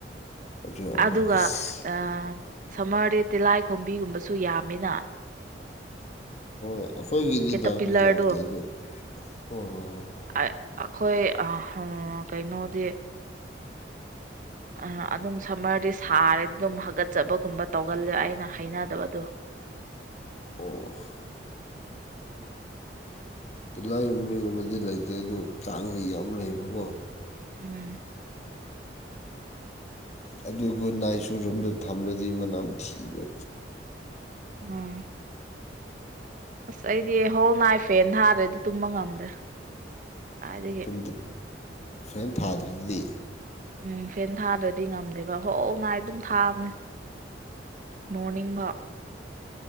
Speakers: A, on the left; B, on the right.
A: ꯑꯗꯨ ꯑꯃ
B: ꯑꯗꯨꯒ
A: ꯑꯁ
B: ꯑꯥ ꯁꯝꯃꯔꯗꯤ ꯇꯤꯜꯍꯥꯏ ꯈꯣꯝꯕꯤꯒꯨꯝꯕꯁꯨ ꯌꯥꯝꯃꯤꯅ
A: ꯍꯣꯏ ꯑꯩꯈꯣꯏꯒꯤꯗꯤ
B: ꯀꯦꯇꯄꯤꯂꯔꯗꯣ
A: ꯂꯥꯛꯄꯗꯤ ꯂꯥꯛꯇꯦ ꯑꯗꯨ ꯍꯣꯏ ꯍꯣꯏ ꯍꯣꯏ
B: ꯑꯩꯈꯣꯏ ꯑ ꯀꯩꯅꯣꯗꯤ ꯑ ꯑꯗꯨꯝ ꯁꯝꯃꯔꯗꯤ ꯁꯥꯔꯗꯤ ꯑꯗꯨꯝ ꯍꯥꯒꯠꯆꯕꯒꯨꯝꯕ ꯇꯧꯒꯜꯂꯦ ꯑꯩꯅ ꯍꯩꯅꯗꯕꯗꯣ
A: ꯑꯣ ꯇꯤꯂꯤꯏꯈꯣꯝꯕꯤꯒꯨꯝꯕꯗꯤ ꯂꯩꯇꯦ ꯑꯗꯨ ꯀꯥꯡꯗꯤ ꯌꯥꯝ ꯂꯩꯕꯀꯣ
B: ꯎꯝ
A: ꯑꯗꯨ ꯒꯨꯠꯅꯥꯏꯁꯨ ꯔꯨꯝꯗ ꯊꯝ꯭ꯔꯗꯤ ꯃꯅꯝ ꯅꯝꯊꯤꯕ
B: ꯎꯝ꯫ ꯑꯁ ꯑꯩꯗꯤ ꯍꯣꯜ ꯅꯥꯏꯠ ꯐꯦꯟ ꯊꯥꯔꯗ꯭ꯔꯗꯤ ꯇꯨꯝꯕ ꯉꯝꯗ꯭ꯔꯦ꯫ ꯀꯥꯏꯗꯒꯤ
A: ꯇꯨꯝꯗꯦ ꯐꯦꯟ ꯊꯥꯗ꯭ꯔꯗꯤ
B: ꯎꯝ ꯐꯦꯟ ꯊꯥꯗ꯭ꯔꯗꯤ ꯉꯝꯗꯦꯕ ꯍꯣ ꯅꯥꯥꯏꯠ ꯑꯗꯨꯝ ꯊꯥꯕꯅꯦ꯫ ꯃꯣꯔꯅꯤꯡꯕꯥꯎ